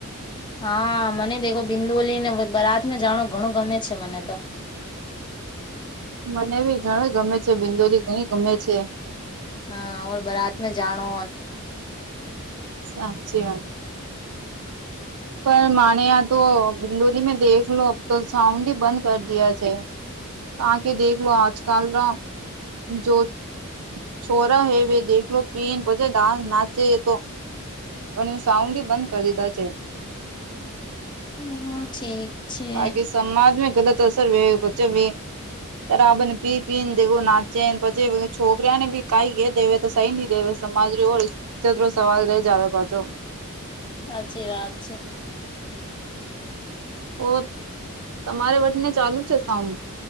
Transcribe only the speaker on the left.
હા મને તોખો બિંદુલી ને બરાત માજાણો ઘણું ગમે છે મને તો.
હા બરાત મે જાણો
હમ ઠીક છે.
સાચી વાત છે.